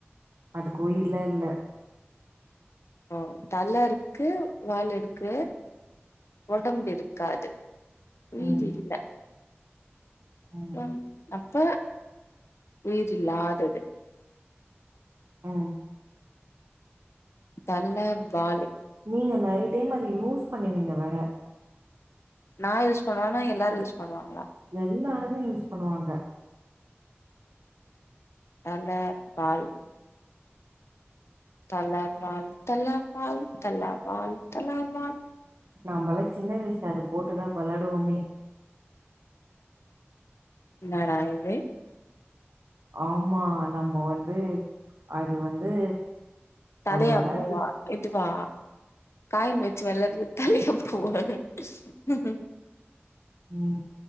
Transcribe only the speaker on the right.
அதுக்கு உயிர்லா இல்ல
ம் ம்
ம்
நீங்க நெறைய டைம் அத யூஸ் பண்ணுவிங்க வேற
எல்லாருமே யூஸ் பண்ணுவாங்க
நாம்பலா சின்ன வயசுல அத போட்டுதா விளாடுவோமே
ஆமா நம்ம வந்து அது வந்து
ஒரு வெளாட்டு
உம்